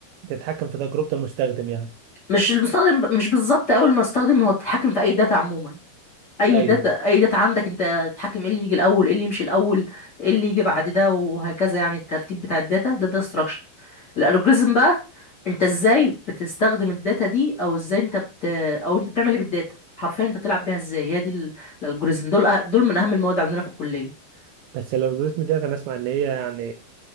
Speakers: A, on the right; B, on the left.
A: تتحكم في تجربة المستخدم يعني
B: مش المستخدم مش بالظبط اول ما استخدم هو تتحكم في اي داتا عموما اي
A: ايوه
B: داتا اي داتا عندك انت تتحكم ايه اللي يجي الاول ايه اللي يمشي الاول ايه اللي يجي بعد ده وهكذا يعني الترتيب بتاع الداتا ده ده ستراكشر الالجوريزم بقى انت ازاي بتستخدم الداتا دي او ازاي انت بت او انت بتعمل ايه بالداتا حرفيا انت بتلعب بيها ازاي هي دي الالجوريزم دول أه... دول من اهم المواد عندنا في الكليه
A: بس الالجوريزم ديت انا اسمع ان هي يعني